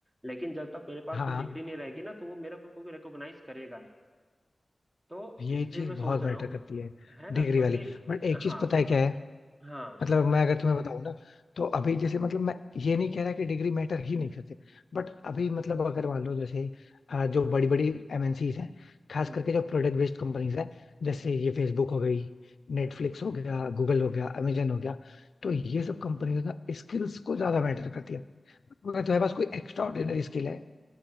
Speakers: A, on the right (about 25°); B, on the left (about 75°).
A: लेकिन जब तक मेरे पास
B: हाँ
A: वो डिग्री नहीं रहेगी ना तो वो मेरा को, को रिकॉग्नाइज करेगा नहीं तो
B: ये
A: इसलिए
B: चीज
A: मैं सोच
B: बहुत
A: रहा
B: मैटर
A: हूँ
B: करती है
A: है ना
B: डिग्री
A: क्योंकि
B: वाली बट एक
A: हाँ
B: चीज पता है क्या है
A: हाँ
B: मतलब मैं अगर तुम्हें बताऊं ना तो अभी जैसे मतलब मैं ये नहीं कह रहा कि डिग्री मैटर ही नहीं करते बट अभी मतलब अगर मान लो जैसे अ, जो बड़ी बड़ी एमएनसीज हैं खास
A: हम्म
B: करके जो प्रोडक्ट बेस्ड कंपनीज हैं जैसे ये फेसबुक हो गई नेटफ्लिक्स हो गया गूगल हो गया अमेजन हो गया तो ये सब कंपनीज ना स्किल्स को ज्यादा मैटर करती है अगर तुम्हारे पास कोई एक्स्ट्रा ऑर्डिनरी स्किल है